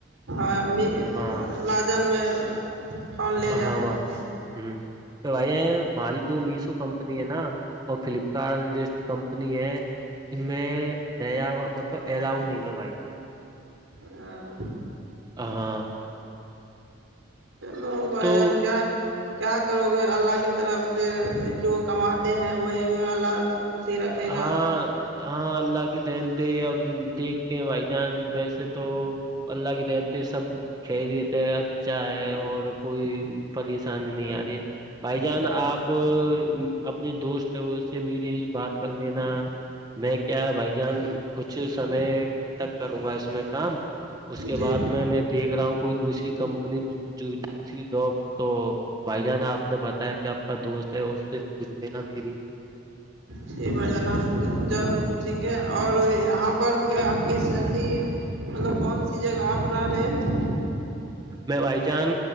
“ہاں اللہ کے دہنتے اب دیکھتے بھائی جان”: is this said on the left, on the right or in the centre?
Right